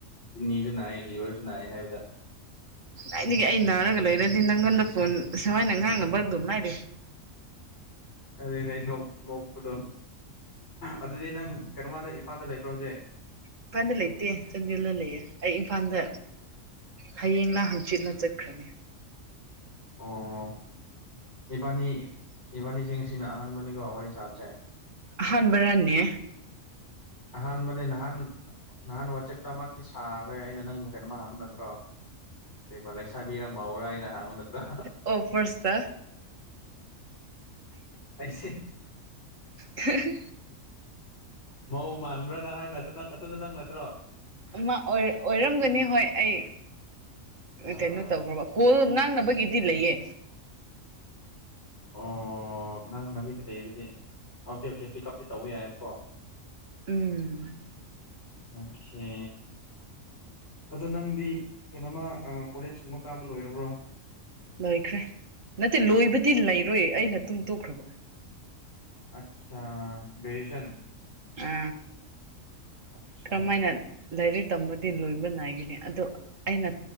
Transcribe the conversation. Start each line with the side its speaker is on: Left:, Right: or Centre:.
Left: ꯀꯤꯗꯅꯤꯁꯨ ꯅꯥꯏꯑꯦ ꯂꯤꯚꯔꯁꯨ ꯅꯥꯏꯑꯦ ꯍꯥꯏꯕꯗ
Right: ꯑꯩꯒꯤ ꯑꯩ ꯅꯥꯔꯒ ꯂꯩꯔꯗꯤ ꯅꯪꯒꯟꯗ ꯐꯣꯟ ꯁꯨꯃꯥꯏꯅ ꯉꯥꯡꯅꯕ ꯑꯗꯨꯝ ꯂꯥꯏꯔꯤꯦ
Left: ꯑꯗꯨ ꯅꯣꯛ ꯅꯣꯛꯄꯗꯣ ꯑꯗꯨꯗꯤ ꯅꯪ ꯀꯩꯅꯣꯝ ꯀꯥꯟꯗ ꯏꯝꯐꯥꯜꯗ ꯂꯩꯕ꯭ꯔꯣꯁꯦ
Right: ꯏꯝꯐꯥꯟꯗꯤ ꯂꯩꯇꯦ ꯆꯥꯟꯗꯦꯜꯗ ꯂꯩꯌꯦꯦ ꯑꯩ ꯏꯝꯐꯥꯜꯗ ꯍꯌꯦꯡꯂꯡꯂ ꯍꯪꯆꯤꯠꯅ ꯆꯠꯈ꯭ꯔꯅꯤ
Left: ꯑꯣ ꯏꯕꯥꯅꯤ ꯏꯕꯥꯅꯤꯁꯤꯡ ꯑꯁꯤꯅ ꯑꯍꯥꯟꯕꯅꯤꯀꯣ ꯋꯥꯔꯤ ꯁꯥꯕꯁꯦ
Right: ꯑꯍꯥꯟꯕ ꯔꯅꯦ
Left: ꯑꯍꯥꯟ ꯃꯅꯤ ꯅꯍꯥꯟ ꯅꯍꯥꯟ ꯋꯥꯆꯦꯞꯇ ꯑꯃꯛꯇꯤ ꯁꯥꯈ꯭ꯔꯦ ꯑꯩꯅ ꯅꯪ ꯃꯣꯀꯦꯟ ꯑꯃ ꯍꯥꯕ ꯅꯠꯇ꯭ꯔꯣ ꯀ ꯂꯩ ꯁꯕꯤꯔꯥꯎꯔꯥꯏ ꯌꯥ ꯎꯅꯠꯇ꯭ꯔ
Right: ꯑꯣ ꯐꯥꯔꯁꯇ
Left: ꯑꯩꯁꯦ
Right: ꯑꯍꯦꯍꯦ
Left: ꯃꯧ ꯃꯥꯟꯕ꯭ꯔꯥ ꯅꯪ ꯍꯥꯏꯕ ꯅꯠꯇ ꯅꯪ ꯑꯗꯨꯇꯗ ꯅꯪ ꯅꯠꯇ꯭ꯔꯣ
Right: ꯃꯥ ꯑꯣꯏꯔꯝꯒꯅꯤ ꯍꯣꯏ ꯑꯩ
Left: ꯑꯥ
Right: ꯀꯩꯅꯣ ꯇꯧꯈ꯭ꯔꯕ ꯀꯣꯜ ꯉꯥꯡꯅꯕꯒꯤꯗꯤ ꯂꯩꯌꯦ
Left: ꯑꯣ ꯉ ꯅꯥꯡ ꯅꯕꯤꯗꯤ ꯂꯩꯌꯦꯕꯨꯗꯤ ꯑꯣꯀꯦ ꯑꯣꯀꯦ ꯄꯤꯛ ꯑꯞꯇꯤ ꯇꯧꯕ ꯌꯥꯏꯑꯕꯀꯣ
Right: ꯎꯝ
Left: ꯑꯣꯦ ꯑꯗꯣ ꯅꯪꯗꯤ ꯀꯩꯅꯣꯃ ꯀꯣꯂꯦꯖ ꯀꯨꯝꯕ ꯀꯥꯕ ꯂꯣꯏꯔꯕ꯭ꯔꯣ
Right: ꯂꯣꯏꯈ꯭ꯔꯦ ꯅꯠꯇꯦ ꯂꯣꯏꯕꯗꯤ ꯂꯩꯔꯣꯏ ꯑꯩꯅ ꯇꯨꯡ ꯇꯣꯛꯈ꯭ꯔꯕ
Left: ꯑꯆꯥ ꯭ꯔꯦꯖꯁꯟ
Right: ꯑ
Left: ꯑꯠꯆꯥ
Right: ꯀ꯭ꯔꯃꯥꯏꯅ ꯔꯤ ꯇꯝꯕꯗꯤ ꯂꯣꯏꯕ ꯅꯥꯏꯒꯅꯤ ꯑꯗꯣ ꯑꯩꯅ